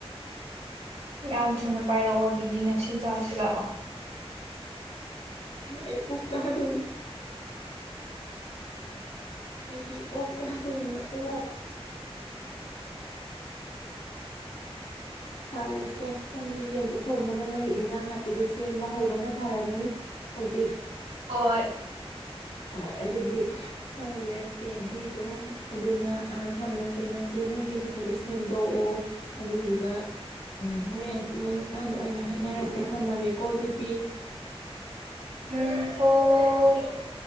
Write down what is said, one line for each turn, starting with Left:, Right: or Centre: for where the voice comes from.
Right: ꯌꯥꯝ ꯊꯨꯅ ꯄꯥꯏꯔꯛꯑꯣ ꯑꯗꯨꯗꯤ ꯉꯁꯤ ꯆꯥꯔꯁꯤ ꯂꯥꯛꯑꯣ
Left: ꯝ ꯑꯩ ꯎꯛꯁ ꯊꯣꯔꯤ ꯑꯩꯗꯤ ꯑꯣꯛ ꯆꯗꯣꯏꯅꯦ ꯑꯣꯛ ꯐꯔꯦꯁꯦ ꯅꯪꯒꯤ ꯌꯦꯟꯗꯨ ꯊꯣꯡꯅꯕ ꯅꯪꯒꯤ ꯏꯟꯖꯥꯡ ꯅꯥꯄꯤꯗꯨꯣ ꯁꯦꯝꯕ ꯍꯧ ꯅ ꯐꯔꯒꯅꯤ ꯍꯧꯖꯤꯛ
Right: ꯍ
Left: ꯍꯣꯏ ꯑꯗꯨꯗꯤ ꯇꯧꯔꯁꯦ ꯑꯗꯨꯏꯗꯣ ꯑꯗꯨꯅ ꯑ ꯊꯝꯃꯁꯦ ꯅꯪꯁꯨ ꯅꯪꯒꯤ ꯃꯈꯩꯗꯨꯣ ꯁꯦꯝꯗꯣꯛꯑꯣ ꯑꯗꯨꯗꯨꯒ ꯎꯝ ꯍꯣꯔꯦꯟ ꯂꯣꯏꯔꯀꯥꯟꯗ ꯑꯣꯏꯅ ꯍꯥꯏꯅꯔꯁꯦ ꯊꯝꯃꯒꯦꯀꯣ ꯑꯗꯨ ꯇꯦ
Right: ꯎꯝ ꯍ <unintelligible>